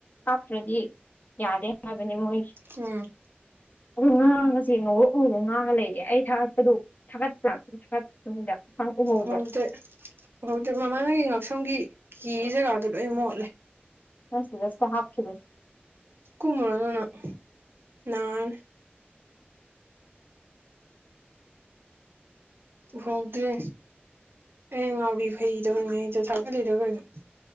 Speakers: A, on the left; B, on the right.
A: ꯀꯥꯞꯇ꯭ꯔꯗꯤ ꯌꯥꯗꯦ ꯍꯥꯏꯕꯅꯦ ꯃꯣꯏꯁ
B: ꯎꯝ
A: ꯑꯗꯨ ꯉꯥꯡꯉꯒ ꯆꯦꯡꯉꯧꯕ ꯎꯕ ꯉꯥꯡꯉ ꯂꯩꯔꯦ ꯑꯩ ꯊꯥꯒꯠꯄꯗꯨ ꯊꯥꯒꯠꯄ ꯊꯥꯒꯠꯄꯅꯤꯗ ꯅꯪ ꯎꯍꯧꯕ꯭ꯔꯥ
B: ꯍꯧꯗꯦ ꯍꯧꯖꯤ ꯃꯃꯥ ꯅꯒꯤ ꯉꯛꯁꯝꯒꯤ ꯀꯤ ꯖꯒꯥꯗꯨꯣ ꯂꯣꯏ ꯃꯣꯠꯂꯦ
A: ꯑꯁ ꯁ ꯍꯥꯞꯈꯤꯕꯕ
B: ꯀꯨꯃꯔ ꯂꯅ ꯅꯔ ꯍꯗ꯭ꯔꯦ ꯑꯦ ꯉꯥꯎꯔꯤ ꯐꯩꯗ ꯑꯣꯏꯅꯣ ꯑꯩꯗꯣ ꯊꯥꯒꯠꯂꯤꯔ ꯑꯣꯏꯅꯣ